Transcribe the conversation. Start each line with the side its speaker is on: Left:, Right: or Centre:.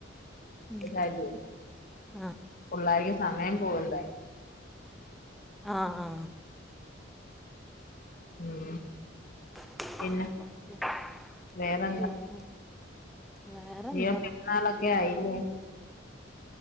Left: <unintelligible>
Centre: ഉം ആഹ്
Left: പുള്ളേർക്ക് സമയം പോകണ്ടേ?
Centre: ആഹ ആഹ
Left: ഉം
Centre: <unintelligible>
Left: പിന്നെ വേറെന്താ
Centre: പിന്നെ വേറെന്താ
Left: നീ പെരുന്നാളൊക്കെ ആയില്ലേ